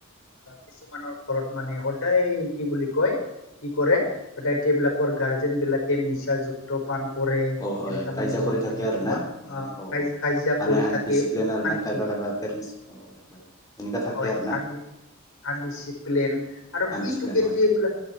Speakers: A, on the left; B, on the left.
A: কিছুমানৰ ঘৰত মানে সদায় কি বুলি কয়। কি কৰেবলাকৰ গাৰ্জেন বিলাকে নিচাযুক্ত পান। কৰে,
B: অ
A: তেনেককা
B: অ কাজিয়া
A: মানে মদ
B: কৰি থাকে
A: বিলাক
B: আৰু না
A: ম'দ
B: মানে
A: আহ ক
B: অ অ
A: কাজিয়া
B: মানে
A: কৰি
B: আনডিচিপ্লিন
A: থাকে অশান্তি।
B: আৰ না কাইবা হয়। এনেকা থাকে
A: হয়
B: আৰু
A: কান্দি
B: না
A: -কান্দিছ, প্লেন আৰু
B: আনডিচিপ্লিন
A: সেইটো কেটবিলাক।
B: হয়